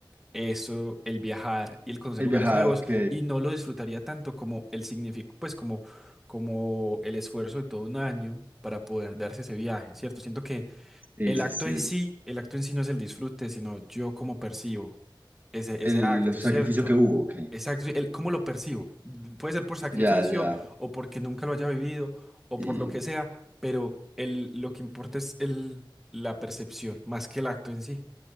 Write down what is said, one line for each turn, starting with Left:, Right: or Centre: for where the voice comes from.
Centre: eso, el viajar y el conocer
Right: el
Centre: lugares
Right: viajar,
Centre: nuevos,
Right: ok.
Centre: y no lo disfrutaría tanto como el significado, pues como, como el esfuerzo de todo un año para poder darse ese viaje, ¿cierto? Siento que
Right: Sí,
Centre: el
Right: sí,
Centre: acto
Right: sí.
Centre: en sí, el acto en sí no es el disfrute, sino yo cómo percibo ese,
Right: El
Centre: ese acto,
Right: sacrificio
Centre: ¿cierto?
Right: que hubo, ok.
Centre: Exacto, sí, el cómo lo percibo. Puede ser por sacrificio
Right: Ya, ya.
Centre: o porque nunca lo haya vivido o
Right: Sí.
Centre: por lo que sea, pero el, lo que importa es el, la percepción más que el acto en sí,